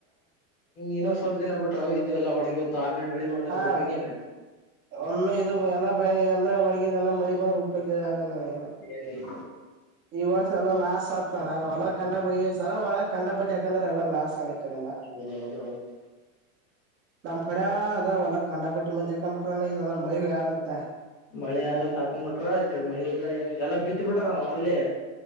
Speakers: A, on the left (about 60°); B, on the right (about 25°).
A: ಇನ್ನೊ ಸ್ವಲ್ಪ ದಿನ ಬಿಟ್ರೆವು ಇದು ಎಲ್ಲ ಒಣಗಿೋತ್ತು ಆಮೇಲೆ ಬೆಳಿ ಬಂದ್ರೆ
B: ಹಾ
A: ಉಪಯೋಗ
B: ಅಣ್ಣ
A: ಏನ.
B: ಒಮ್ಮೆ ಇದು ಎಲ್ಲಾ ಬೆಳಿ ಎಲ್ಲಾ ಒಣಗಿಂದ ಎಲ್ಲಾ ಮಳಿ ಬಂದ್ರ ಆಗಲ್ಲನ
A: ಐತಿ ಏನಿಲ್ಲ.
B: ಈ ವರ್ಷ. ಎಲ್ಲ ಲಾಸ್ ಆತಣ್ಣ ಒಳ ಕಂಡ ಬಳಿ ಈಸಲ ಒಳಗ ಕಂಡಬಿಟ್ಟ ಯಾಕಂದ್ರೆ ಎಲ್ಲಾ ಲಾಸ್ ಅಣ್ಣ ಈ ಕಡೆಲ್ಲ.
A: <inaudible>
B: ನಮ್ ಕಡೆ ಅದಾವಲ್ಲ ಕಂಡಪಟ್ಟು ಮಂದಾಕಂಬಟ್ರ ಈಲ ಅದತ್ತ.
A: ಮಳಿ ಆದನ್ ಅಂತಾ ಹಾಕೊಂಡ್ ಬಿಟ್ರ ಈ ಮಳಿ ಇಲ್ಲಾ ಏನ ಇಲ್ಲಾ ಬಿತ್ ಬಿಟ್ರಾ ಇಲ್ಲಿ